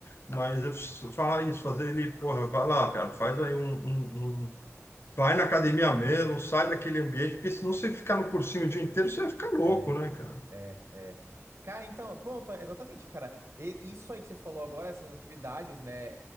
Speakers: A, on the left; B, on the right.
A: Mas eu falar isso, fazer ele, porra, vai lá, cara, faz aí um, um, um Vai na academia mesmo, sai daquele ambiente, porque senão você ficar no cursinho o dia inteiro, você vai ficar louco,
B: É.
A: né, cara?
B: É, é. Cara, então, pronto, é exatamente, cara. E- isso aí que você falou agora, essas atividades, né,